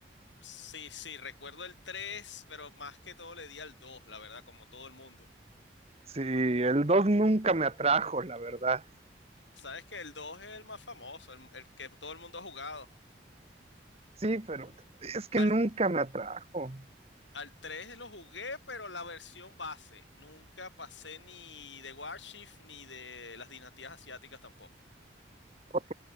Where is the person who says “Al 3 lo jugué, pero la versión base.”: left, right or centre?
Left